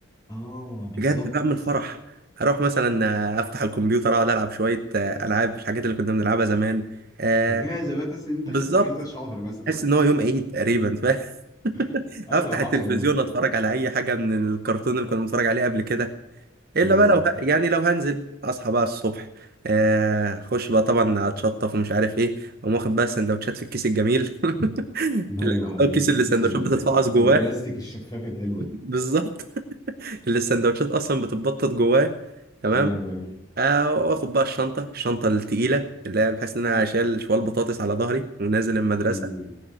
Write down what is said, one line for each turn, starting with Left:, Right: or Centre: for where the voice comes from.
Left: اه بالظبط
Right: بجد بقى من الفرح اروح مثلا آه، افتح الكمبيوتر اقعد العب شويه آه، العاب الحاجات اللي كنا بنلعبها زمان آه
Left: اجازه بقى تحس ان انت
Right: بالظبط
Left: خدت اجازه شهر مثلا
Right: احس ان هو يوم عيد تقريبا ف <laughs>
Left: <laughs> ايوه
Right: افتح
Left: حصل
Right: التلفزيون
Left: يا بت-
Right: اتفرج على اي حاجه من الكرتون اللي كنا بنتفرج عليه قبل كده الا
Left: ايوه
Right: بقى لو
Left: حصل
Right: يعني لو هنزل اصحى بقى الصبح آه، اخش بقى طبعا اتشطف ومش عارف ايه اقوم واخد بقى السندوتشات في الكيس الجميل <laughs>
Left: ايوه
Right: اللي
Left: الكيس
Right: هو الكيس اللي السندوتشات
Left: ال-
Right: بتتفعص جواه
Left: البلاستيك الشفاف الحلو
Right: <laughs> بالظبط
Left: ده
Right: اللي السندوتشات اصلا بتتبطط جواه تمام
Left: ايوه ايوه
Right: آه واخد بقى الشنطة الشنطة التقيلة اللي هي بحيث إن أنا أشيل شوال بطاطس على ظهري ونازل المدرسة
Left: أمم.